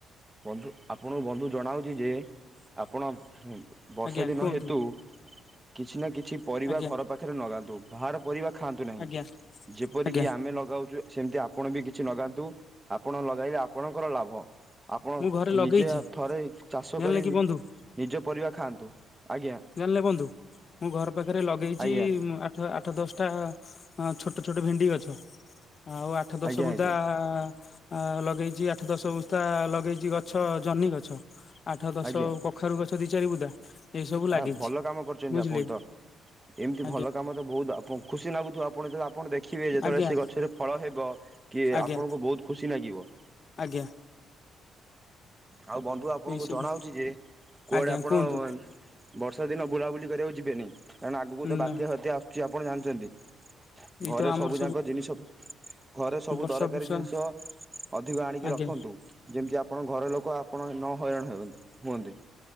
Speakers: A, on the right; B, on the left.
A: ବନ୍ଧୁ ଆପଣଙ୍କୁ ବନ୍ଧୁ ଜଣାଉଛି ଯେ ଆପଣ ବର୍ଷା
B: ଆଜ୍ଞା
A: ଦିନ
B: କୁହନ୍ତୁ
A: ହେତୁ କିଛି ନା କିଛି ପରିବା
B: ଆଜ୍ଞା
A: ଘର ପାଖରେ ଲଗାନ୍ତୁ ବାହାର ପରିବା ଖାଆନ୍ତୁ ନାହିଁ
B: ଆଜ୍ଞା
A: ଯେପରିକି
B: ଆଜ୍ଞା
A: ଆମେ ଲଗାଉଛୁ ସେମିତି ଆପଣ ବି କିଛି ଲଗାନ୍ତୁ ଆପଣ ଲଗାଇଲେ ଆପଣଙ୍କର ଲାଭ। ଆପଣ
B: ମୁଁ ଘରେ ଲଗେଇଛି
A: ନିଜେ ଥରେ ଚାଷ
B: ଜାଣିଲେ
A: କରି
B: କି
A: ନିଜ
B: ବନ୍ଧୁ
A: ପରିବା ଖାଆନ୍ତୁ। ଆଜ୍ଞା
B: ଜାଣିଲେ ବନ୍ଧୁ ମୁଁ ଘର ପାଖରେ ଲଗେଇଛି
A: ଆଜ୍ଞା
B: ଆ ଆଠ ଦଶଟା ଛୋଟ ଛୋଟ ଭେଣ୍ଡି ଗଛ ଆଉ ଆଠ ଆଠ ଦଶ
A: ଆଜ୍ଞା
B: ବୁଦା
A: ଆଜ୍ଞା
B: ଆ ଲଗେଇଚି ଆଠ ଦଶ ବୁଦା ଲଗେଇଛି ଗଛ ଜହ୍ନି ଗଛ ଆଠ ଦଶ
A: ଆଜ୍ଞା
B: କ କଖାରୁ ଗଛ ଦି ଚାରିି ବୁଦା। ଏଇ ସବୁ ଲାଗିଛି
A: ଆ ଭଲ କାମ କରିୁଛନ୍ତି
B: ବୁଝିଲେ
A: ଆପଣ ତ ଏମିତି
B: ଆଜ୍ଞା
A: ଭଲ କାମ ତ ବହୁତ ଆପଣଙ୍କୁ ଖୁସି ଲାଗୁଥିବ ଆପଣ ଆପଣ ଦେଖିବେ ଯେତେବେଳେ
B: ଆଜ୍ଞା
A: ସେ ଗଛରେ ଫଳ ହେବ କି
B: ଆଜ୍ଞା
A: ଆପଣଙ୍କୁ ବହୁତ ଖୁସି ଲାଗିବ।
B: ଆଜ୍ଞା।
A: ଆଉ ବନ୍ଧୁ ଆପଣଙ୍କୁ
B: ଏଇ ସବୁ
A: ଜଣାଉଛି ଯେ କୁଆଡେ
B: ଆଜ୍ଞା
A: ଆପଣ
B: କୁହନ୍ତୁ
A: ବର୍ଷା ଦିନ ବୁଲାବୁଲି କରିବାକୁ ଯିବେନି କାରଣ ଆଗକୁ
B: ହୁଁ
A: ତ ବାତ୍ୟା- ବାତ୍ୟା ଆସୁଛି ଆପଣ ଜାଣିଛନ୍ତି।
B: ଏଇ
A: ଘରେ
B: ତ ଆମର
A: ସବୁ ଯାକ ଜିନିଷ ଘରେ ସବୁ
B: ବର୍ଷା
A: ଦରକାରୀ
B: ବର୍ଷା
A: ଜିନିଷ ଅଧିକ ଆଣିକି
B: ଆଜ୍ଞା
A: ରଖନ୍ତୁ। ଯେମିତି ଆପଣଙ୍କ ଘର ଲୋକ ଆପଣ ନ ହଇରାଣ ହେବେନି ହୁଅନ୍ତେ।